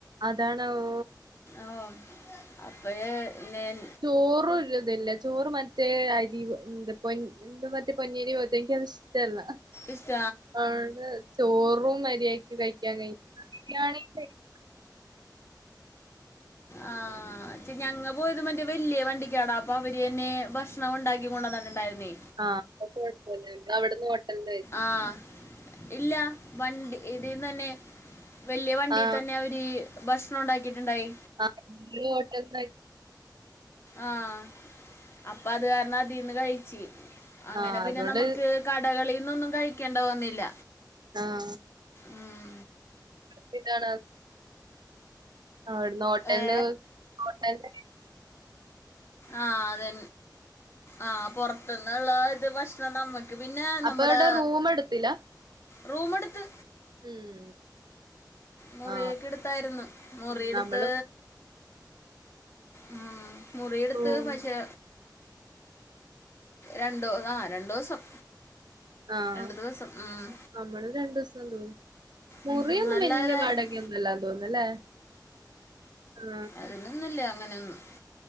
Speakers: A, on the right; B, on the left.
A: അതാണ് ഓ
B: ഓ അപ്പഴേ ഞാൻ
A: ചോറ ഇതല്ല ചോറ് മറ്റേ അരിവ ഇതിപ്പൊ എന്ത് മറ്റേ പൊന്നിയരി പോലെത്തെ അത് എനിക്കിഷ്ടല്ല
B: ഇഷ്ട
A: അതോണ്ട് ചോറും മരിയതീക്ക് കഴിക്കാൻ കഴിഞ്ഞില്ല <unintelligible>
B: ആഹ് ഞങ്ങ പോയത് മറ്റേ വല്യ വണ്ടിക്കാടാ അപ്പൊ അവര് തന്നെ ഭക്ഷ ണം ഉണ്ടാക്കി കൊണ്ട് വന്നിട്ടുണ്ടായിരുന്നേ
A: ആഹ് അപ്പ കൊഴപ്പില്ല അവിടന്ന് ഹോട്ടലിന്റെ
B: ആഹ് ഇല്ല വണ്ടി ഇതീന്ന് തന്നെ വലിയ വണ്ടി
A: ആ
B: തന്നെ അവ ഇ ഭക്ഷണം ഉണ്ടാക്കിയിട്ടുണ്ടായി
A: ആഹ് ഇ ഹോട്ടെൽന്ന്
B: ആഹ് അപ്പ അത് കാരണം അതിൽന്ന് കഴിച്ചു അങ്ങനെ
A: ആ
B: പിന്നെ
A: അതോണ്ട്
B: നമുക്ക് കടകളിൽന്നൊന്നും കഴിക്കേണ്ട വന്നില്ല
A: ആഹ്
B: ഉം.
A: പ്പിതാണ് അവിടുന്ന് ഹോട്ടലി
B: ഏ
A: ഹോട്ടല
B: ആഹ് അതെ ആഹ് പുറത്തന്നുള്ള ഇത് ഭക്ഷണം നമ്മു ക്ക് പിന്നെ
A: അപ്പൊ
B: നമ്മുടെ
A: അവിടെ റൂം എടുത്തില്ല
B: റൂമ് എടുത്ത്
A: ഉം
B: മുറിയൊക്കെ
A: ആ
B: എടുത്തായിരുന്നു മുറി
A: ഉം
B: എടുത്ത്
A: നമ്മള്
B: ഉം മുറി എടുത്ത്
A: റൂം
B: പക്ഷെ രണ്ട് ആഹ് രണ്ടു ദിവസം
A: ആഹ്
B: രണ്ട് ദിവസം ഉം.
A: നമ്മള് രണ്ട് ദിവസം നിന്നു മുറിയൊന്നും
B: ഉം, നല്ലതായിരുന്നു
A: വലിയ വാടകയൊന്നുംല്ലാ തോന്നല്ലേ ആഹ്
B: അതിനൊന്നില്ല അങ്ങനെയൊന്നും